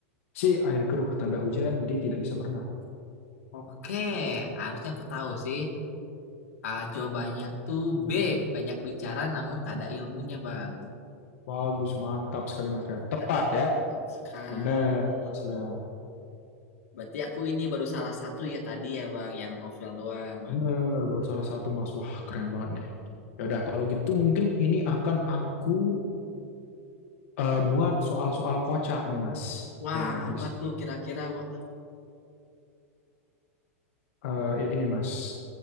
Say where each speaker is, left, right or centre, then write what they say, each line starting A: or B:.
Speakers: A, on the left; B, on the left.
A: Si air keruh tanda hujan, dia tidak bisa berenang.
B: Oke, harusnya aku tahu sih. Ah, jawabannya tuh B. Banyak bicara namun tak ada ilmunya, Bang.
A: Bagus, mantap sekali Mas Rian. Tepat
B: Sangat
A: ya.
B: benar sekali.
A: Bener, Mas Rian.
B: Berarti aku ini baru salah satu ya tadi ya, Bang, yang novel doang.
A: Bener, baru salah satu Mas. Wah, keren banget nih. Ya udah, kalau gitu mungkin ini akan aku eh, buat soal-soal kocak nih Mas.
B: Wah,
A: Kayaknya habis
B: apa tuh kira-kira? Wah,
A: Eh, ini Mas.